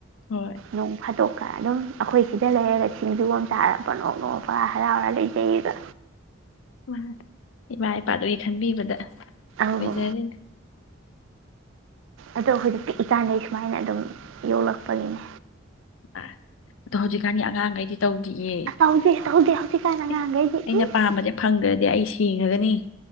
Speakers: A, on the left (about 70°); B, on the right (about 70°).
A: ꯍꯣꯏ
B: ꯅꯣꯡ ꯐꯥꯗꯣꯛꯀ ꯑꯗꯨꯝ ꯑꯩꯈꯣꯏ ꯁꯤꯗ ꯂꯩꯔꯒ ꯁꯤꯡꯖꯨ ꯑꯃ ꯆꯥꯔꯒ ꯄꯪꯅꯣꯛ ꯅꯣꯛꯑ ꯄꯥꯍꯥ ꯍꯔꯥꯎꯔꯒ ꯂꯩꯖꯩꯌꯦꯕ
A: ꯃꯥꯟꯅꯤ ꯏꯃꯥ ꯏꯄꯥꯗꯨꯒꯤ ꯈꯟꯕꯤꯕꯗ
B: ꯑꯧ
A: ꯑꯣꯏꯖꯔꯤꯅꯦ
B: ꯑꯗꯣ ꯑꯩꯈꯣꯏꯗ ꯄꯤꯛꯏꯀꯥꯟꯗꯒꯤ ꯁꯨꯃꯥꯏꯅ ꯑꯗꯨꯝ ꯌꯣꯛꯂꯛꯄꯒꯤꯅꯦ
A: ꯑ ꯑꯗꯣ ꯍꯧꯖꯤꯛꯀꯥꯟꯗꯤ ꯑꯉꯥꯡꯒꯩꯖ ꯇꯧꯗꯤꯌꯦ
B: ꯇꯧꯗꯦ ꯇꯧꯗꯦ ꯍꯧꯖꯤꯛꯀꯥꯟ ꯑꯉꯥꯡꯈꯩꯗꯤ
A: ꯏꯁ
B: ꯏꯁ
A: ꯑꯩꯅ ꯄꯥꯝꯕꯁꯥꯖꯦ ꯐꯪꯗ꯭ꯔꯗꯤ ꯑꯩ ꯁꯤꯒ꯭ꯔꯒꯅꯤ